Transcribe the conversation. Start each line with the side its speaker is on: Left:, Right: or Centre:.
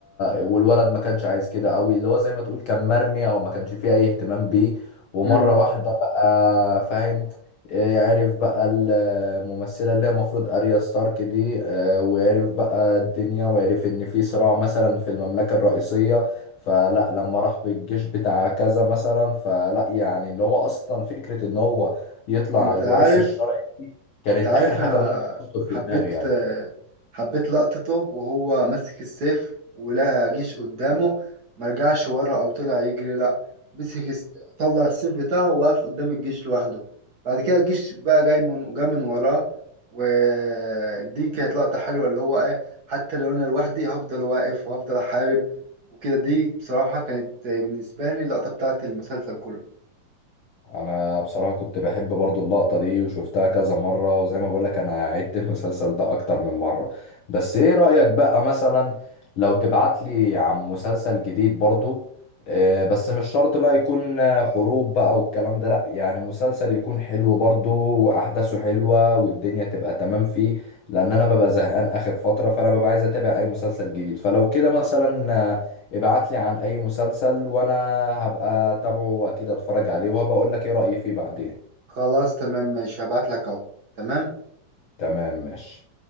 Left: والولد ما كانش عايز كده قوي اللي هو زي ما تقول كان مرمي او ما كانش فيه اي اهتمام بيه ومرة
Right: امم
Left: واحدة بقى فاهم آه، عرف بقى الممثلة اللي هي المفروض أريا ستارك دي آه، وعرف بقى الدنيا وعرف إن في صراع مثلا في المملكة الرئيسية فلا لما راح بالجيش بتاع كذا مثلا فلا يعني اللي هو أصلا فكرة إن هو يطلع
Right: انت
Left: الوريث
Right: عارف
Left: الشرعي دي كانت
Right: انت عارف
Left: آخر حاجة
Right: انا
Left: ممكن تخطر
Right: حبيت
Left: في دماغي يعني
Right: حبيت لقطته وهو ماسك السيف ولقى جيش قدامه ما رجعش ورا او طلع يجري لا مسك الس- طلع السيف بتاعه ووقف قدام الجيش لوحده بعد كده الجيش بقى جاي من جا من وراه ودي كانت لقطة حلوة اللي هو ايه حتى لو انا لوحدي هفضل واقف وهفضل احارب وكده دي بصراحة كانت بالنسبة لي اللقطة بتاعت المسلسل كله
Left: أنا بصراحة كنت بحب برضو اللقطة دي وشفتها كذا مرة وزي ما بقولك أنا عدت <laughs> المسلسل ده أكتر من مرة بس إيه رأيك بقى مثلا لو تبعتلي عن مسلسل جديد برضو آه، بس مش شرط بقى يكون آه، حروب بقى والكلام ده لأ يعني مسلسل يكون حلو برضو وأحداثه حلوة والدنيا تبقى تمام فيه لأن أنا ببقى زهقان آخر فترة فأنا ببقى عايز أتابع أي مسلسل جديد فلو كده مثلا آه، ابعت لي عن اي مسلسل وانا هبقى اتابعه واكيد اتفرج عليه وهبقى اقول لك ايه رأيي فيه بعدين
Right: خلاص تمام ماشي هبعت لك اهو تمام
Left: تمام ماشي